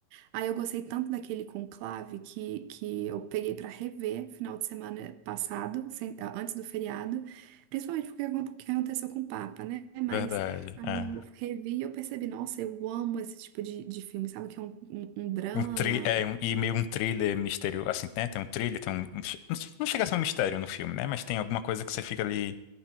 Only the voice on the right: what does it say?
Aí eu gostei tanto daquele conclave que, que eu peguei pra rever final de semana passado, sem- ah, antes do feriado, principalmente porque acon- que aconteceu com o Papa, né? Mas
aí
eu revi e eu percebi, nossa, eu amo esse tipo de, de filme, sabe? Que é um, um, um drama,